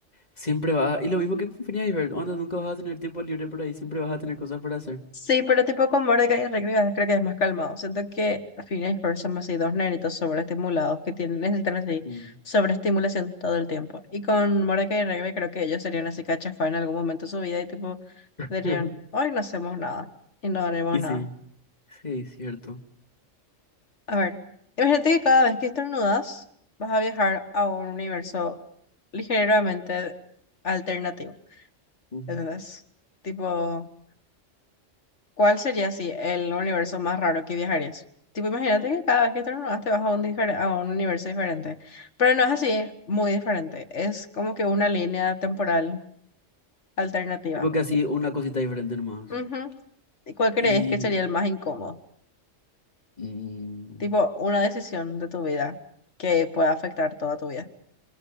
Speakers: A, on the left; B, on the left.
A: Siempre va. Y lo mismo que con Phineas y Ferb, onda, nunca vas a tener tiempo libre por ahí. Siempre vas a tener cosas para hacer.
B: Sí, pero tipo con Mordecai y Rigby ah, creo que es más calmado. Siento que Phineas y Ferb son así dos nenitos sobreestimulados que tienen, necesitan así
A: Ujú.
B: sobreestimulación todo el tiempo. Y con Mordecai y Rigby creo que ellos serían así cachafá en algún momento de su vida y tipo
A: <laughs>
B: dirían, hoy no hacemos nada y no haremos
A: Y
B: nada.
A: sí, sí, cierto.
B: A ver, imagínate que cada vez que estornudas vas a viajar a un universo ligeramente alternativo.
A: Ujú.
B: ¿Entendés? Tipo, ¿cuál sería así el universo más raro que viajarías? Tipo, imagínate que cada vez que estornudas te vas a un, difer- a un universo diferente. Pero no es así, muy diferente. Es como que una línea temporal alternativa.
A: Tipo que así una cosita diferente nomás.
B: Ujú. ¿Y cuál crees
A: Y
B: que sería el más incómodo?
A: Mm,
B: Tipo, una decisión de tu vida que pueda afectar toda tu vida.